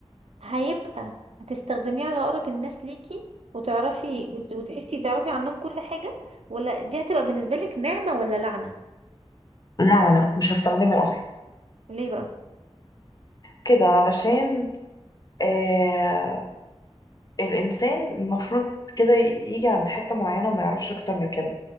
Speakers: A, on the right; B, on the left.
A: هيبقى هتستخدميه على اقرب الناس ليكي وتعرفي وت- وتحسي تعرفي عنهم كل حاجة ولا دي هتبقى بالنسبة لك نعمة ولا لعنة
B: لا لا مش هستخدمه اصلا
A: ليه بقى
B: كده علشان آه الانسان المفروض كده يجي عند حته معينه وما يعرفش اكتر من كده